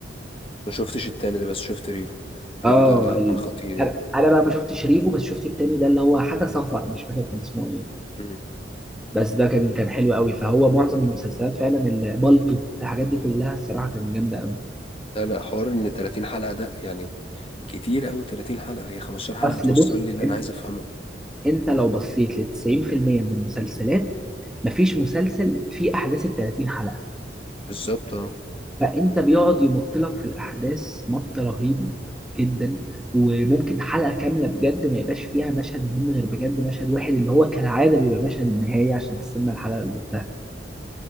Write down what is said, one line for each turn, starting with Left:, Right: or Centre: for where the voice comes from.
Left: ما شفتش التاني ده بس شفت ريفو ريفو
Centre: اه
Left: ده كان
Centre: ال-
Left: خطير يعني
Centre: انا أنا بقى ما شفتش ريفو بس شفت التاني ده اللي هو حاجه صفر مش فاكر كان اسمه ايه
Left: مم.
Centre: بس ده كان كان حلو قوي فهو معظم المسلسلات فعلا اللي- بالطو الحاجات دي كلها الصراحه كانت جامده قوي
Left: لا لا حوار ان 30 حلقة ده يعني كتير قوي 30 حلقة هي 15 حلقة
Centre: اصل
Left: توصل
Centre: بص
Left: لي اللي
Centre: انت
Left: انا عايز افهمه
Centre: انت لو بصيت ل 90% من المسلسلات مفيش مسلسل فيه احداث ال 30 حلقه
Left: بالظبط اه
Centre: فانت بيقعد يمط لك في الاحداث مط رهيب جدا وممكن حلقه كامله بجد ما يبقاش فيها مشهد مهم غير بجد مشهد واحد اللي هو كالعاده بيبقى مشهد النهايه عشان تستنى الحلقه اللي بعدها